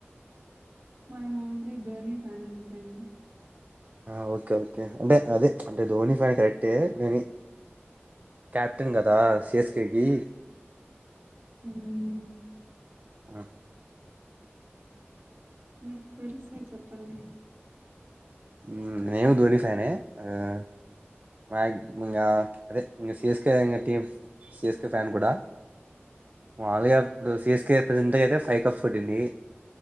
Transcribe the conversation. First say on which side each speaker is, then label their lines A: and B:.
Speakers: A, on the right; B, on the right.
A: మనం ఓన్లీ ధోని ఫ్యాన్ అంతే అండి
B: ఆ ఓకే ఓకే అంటే అదే అంటే ధోని ఫ్యాన్ క అంటే నేను క్యాప్టెన్ గదా సిఎస్కే కి
A: ఉమ్
B: ఆ
A: మీకు తెలుసా చెప్పండి
B: ఉ నేను ధోని ఫ్యానే ఆ ఇంకా అదే ఇం సిఎస్కే టీమ్ సిఎస్కే ఫ్యాన్ కూడా మాములుగా ఇప్పుడు సిఎస్కే ప్రజెంట్గా అయితే ఫైవ్ కప్స్ కొట్టింది